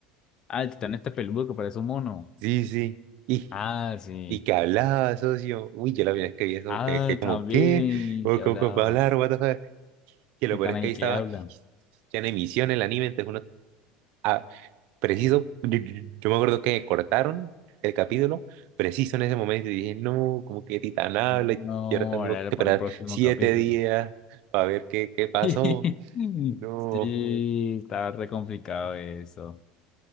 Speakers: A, on the left; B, on the right.
A: Ah, el titán este peludo que parece un mono.
B: Sí, sí. Y
A: Ah, sí.
B: Y que hablaba, socio. Uy, yo la primera vez que vi eso,
A: Ah,
B: que, que como,
A: también,
B: ¿qué? ¿Cómo,
A: que
B: cómo-
A: hablaba.
B: cómo puede hablar? What the fuck? Que lo
A: Titán
B: peor es
A: ahí
B: que ahí
A: que
B: estaba
A: habla.
B: ya en emisión el anime, entonces uno, ah, preciso, yo, yo- yo me acuerdo que cortaron el capítulo, preciso en ese momento, y dije, no, como que Titán habla,
A: No,
B: y ahora tengo
A: ahora era
B: que esperar
A: para el próximo
B: siete
A: capítulo.
B: días para ver qué, qué pasó.
A: <laughs>
B: No.
A: Sí, estaba re complicado eso.